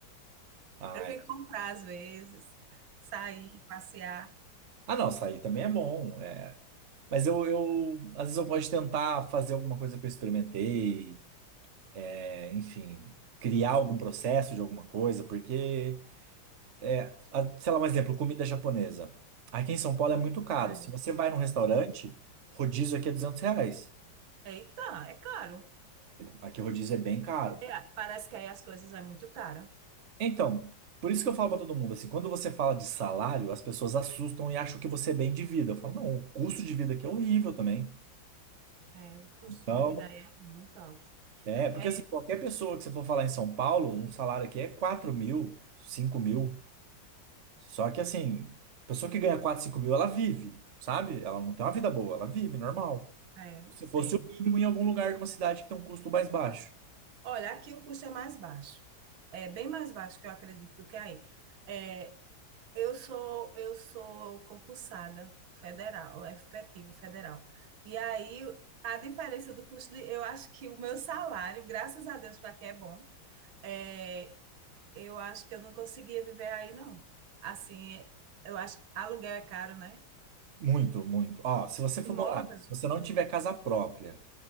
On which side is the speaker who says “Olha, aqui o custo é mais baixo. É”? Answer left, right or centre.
Right